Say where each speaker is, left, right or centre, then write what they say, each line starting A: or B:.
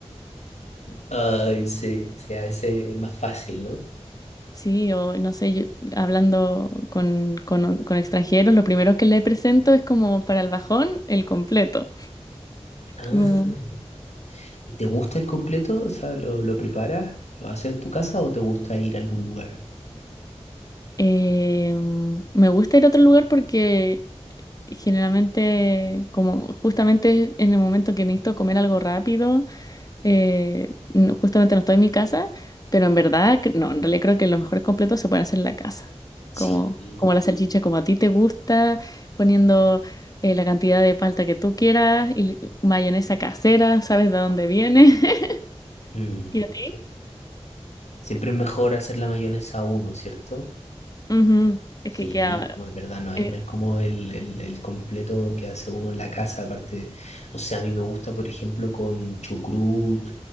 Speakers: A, on the left; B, on the left.
A: Ay, sí, sí, a veces es más fácil, ¿no?
B: Sí, o no sé, yo, hablando con, con, con extranjeros, lo primero que le presento es como para el bajón, el completo.
A: Ah,
B: Como,
A: ¿y te gusta el completo? O sea, ¿lo, lo preparas? ¿Lo haces en tu casa o te gusta ir a algún lugar?
B: em, me gusta ir a otro lugar porque generalmente, como justamente en el momento que necesito comer algo rápido, Eh, no- justamente no estoy en mi casa, pero en verdad, cre- no, en realidad creo que los mejores completos se pueden hacer en la casa. Como,
A: Sí.
B: como la salchicha, como a ti te gusta, poniendo eh, la cantidad de palta que tú quieras y mayonesa casera, sabes de dónde viene. <laughs>
A: Mm,
B: Y a ti,
A: sí. Siempre es mejor hacer la mayonesa a uno, ¿cierto?
B: ujú, es
A: Sí,
B: que queda.
A: no, es verdad, no hay,
B: eh,
A: no es como el, el, el completo que hace uno en la casa, aparte, o sea, a mí me gusta, por ejemplo, con chucrut